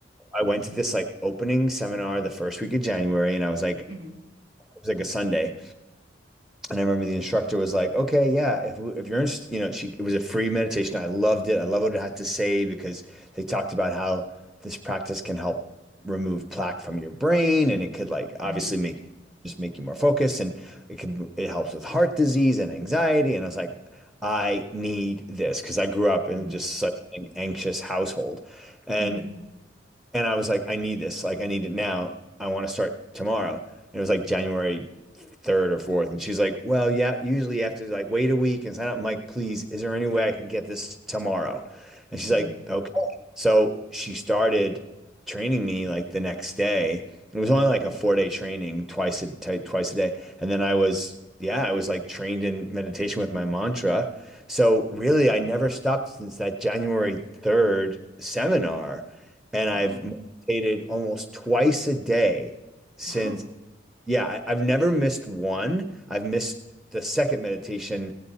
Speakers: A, in the centre; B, on the right.
A: I went to this like opening seminar the first week of January and I was like it
B: mhm,
A: was like a Sunday and I remember the instructor was like, "Okay, yeah, if if you're interested, you know, she it was a free meditation. I loved it. I love what it had to say because they talked about how this practice can help remove plaque from your brain, and it could like obviously
B: mhm.
A: make just make you more focused, and it could it helps with heart disease and anxiety. And I was like, I need this because I grew up in
B: Mhm.
A: just such an anxious household, and
B: Mhm.
A: and I was like, I need this. Like, I need it now. I want to start tomorrow. And it was like January 3rd or 4th. And she's like, Well, yeah, usually you have to like wait a week and sign up. I'm like, please, is there any way I can get this tomorrow? And she's
B: Mhm.
A: like, Okay. So she started training me like the next day. It was only like a four day training twice a t twice a day. And then I was, yeah, I was like trained in meditation with my mantra. So really, I never stopped since that January 3rd seminar and
B: Wow.
A: I've meditated almost twice a day since,
B: Wow.
A: yeah, I, I've never missed one. I've missed the second meditation